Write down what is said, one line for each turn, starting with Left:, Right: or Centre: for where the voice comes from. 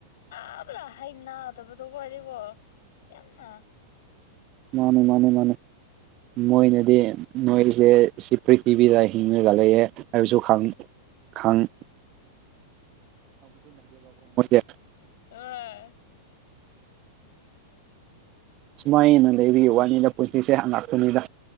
Left: ꯇꯥꯕꯗꯥ ꯍꯩꯅꯗꯕꯗꯣꯀꯣ ꯑꫭꯏꯔ‌ꯦꯀꯣ ꯌꯥꯝꯅ
Right: ꯃꯥꯅꯦ ꯃꯥꯅꯦ ꯃꯥꯅ‌ꯦ ꯃꯣꯏꯅꯗꯤ ꯃꯣꯏꯁꯦ ꯁꯤ ꯄ꯭ꯔꯤꯊꯤꯕꯤꯗ ꯍꯤꯡꯉꯒ ꯂꯩꯑꯦ ꯍꯥꯏꯕꯁꯨ ꯈꯪ <unintelligible>
Left: ꯑ <unintelligible>
Right: ꯁꯨꯃꯥꯏ ꯍꯦꯟꯅ ꯂꯩꯔꯤ ꯋꯥꯅꯤꯗ ꯄꯨꯟꯁꯤꯁꯦ ꯑꯉꯥꯛꯄꯅꯤꯗ